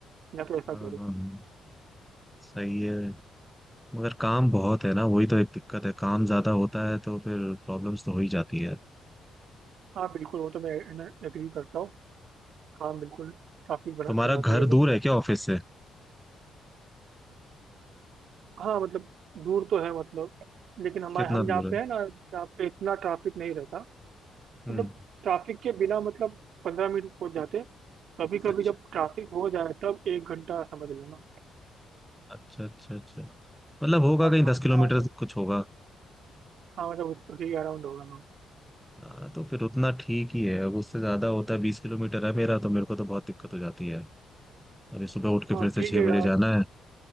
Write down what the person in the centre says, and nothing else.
हाँ
हाँ हाँ, सही है मगर काम बहुत है ना वही तो एक दिक्कत है काम ज्यादा होता है तो फिर प्रॉब्लम्स तो हो ही जाती है
तुम्हारा
घर
दूर है क्या ऑफिस से
कितना
दूर
है
हम्म
अच्छा
अच्छा अच्छा अच्छा मतलब होगा
कहीं
दस किलोमीटर
कुछ होगा
हाँ, तो फिर उतना ठीक ही है अब उससे ज्यादा होता है बीस किलोमीटर है मेरा तो मेरे को तो बहुत दिक्कत हो जाती है अभी सुबह उठ के
फिर से
छह
बजे जाना है